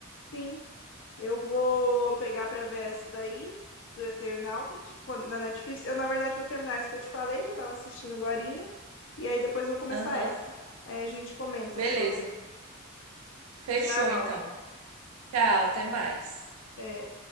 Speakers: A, on the left; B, on the right.
A: Sim. Eu vou pegar pra ver essa daí, do Eternauta, de- quando- na Netflix. Eu, na verdade, vou terminar essa que eu te falei, que eu tava assistindo agorinha, e aí depois eu vou começar
B: Aham.
A: essa. Aí a gente comenta
B: Beleza.
A: sobre.
B: Fechou
A: Tchau.
B: então. Tchau, até mais.
A: É.